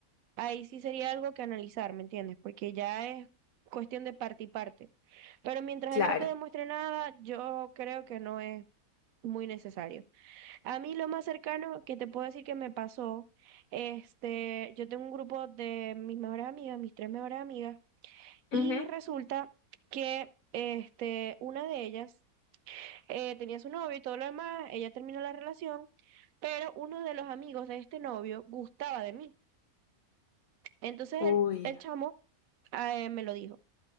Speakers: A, on the right; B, on the left.
A: Ahí sí sería algo que analizar, ¿me entiendes? Porque ya es cuestión de parte y parte. Pero mientras
B: Claro.
A: él no te demuestre nada, yo creo que no es muy necesario. A mí lo más cercano que te puedo decir que me pasó, este, yo tengo un grupo de mis mejores amigas, mis tres mejores amigas, y
B: Ujú.
A: resulta que este, una de ellas eh, tenía su novio y todo lo demás, ella terminó la relación, pero uno de los amigos de este novio gustaba de mí. Entonces
B: Uy,
A: el, el chamo ah, eh, me lo dijo.